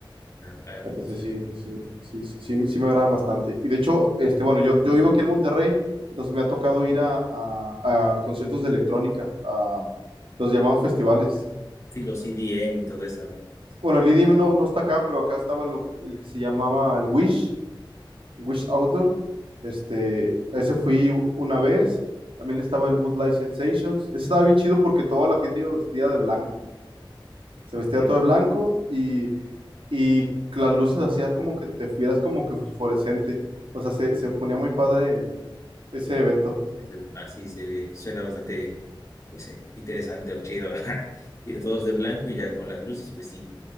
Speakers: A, on the left; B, on the right.
A: a- a-
B: Entonces
A: ¿cómo se
B: sí,
A: llama?
B: sí, sí, sí, sí, sí me agradan bastante. Y de hecho, este, bueno, yo, yo vivo aquí en Monterrey, entonces me ha tocado ir a, a- a conciertos de electrónica, a los llamados festivales.
A: Sí, los CDN y todo eso.
B: Bueno, el IDM no, no está acá, pero acá estaba lo, el que se llamaba el Wish, Wish Outdoor. Este, a ese fui u- una vez. También estaba el Light Sensations. Ese estaba bien chido porque toda la gente iba vestida de blanco. Se vestía
A: Ah,
B: todo
A: te-
B: de blanco y, y las luces hacías como que te fueras como que fosforescente. O sea, se, se ponía muy padre ese evento.
A: se ve- Así se ve- suena bastante pues, eh, interesante o chido. <laughs> Ir todos de blanco y ya con las luces, pues sí.